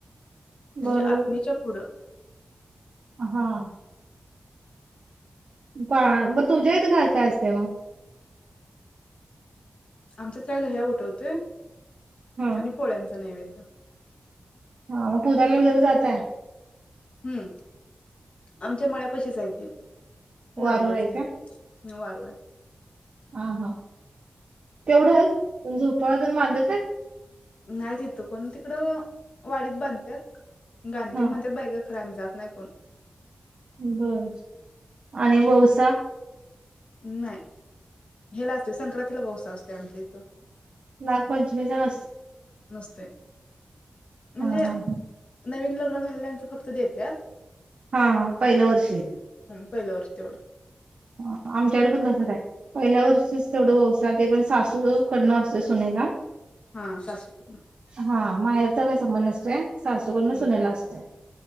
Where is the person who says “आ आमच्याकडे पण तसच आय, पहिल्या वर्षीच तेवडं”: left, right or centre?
Right